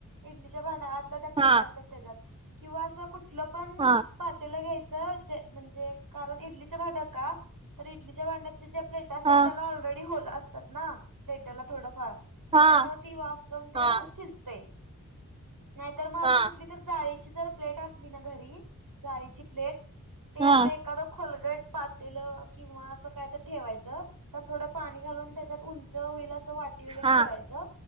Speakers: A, on the right; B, on the right.
A: इडलीच्या भांड्या आतलं त्या प्लेट
B: हा
A: असतात त्याच्यात किंवा असं कुठलं पण
B: हा
A: पातेलं घ्यायचं जे म्हणजे कारण इडलीचं भांडं का तर इडलीच्या भांड्यात त्याच्या प्लेट असतात
B: हा
A: त्याला ऑलरेडी होल असतात ना प्लेटला थोडंफार त्याच्यामुळं
B: हा
A: ती वाफ जाऊन ते
B: हा
A: शिजते नायतर म
B: हा
A: असं कुठली तर जाळीची जर प्लेट असली ना घरी जाळीची प्लेट ते
B: हा
A: असे -खादं खोलगट पातेलं किंवा असं काय त ठेवायचं का थोडं पाणी घालून त्याच्यात उंच हुईल असं वाटी वगैरे
B: हा
A: ठेवायचं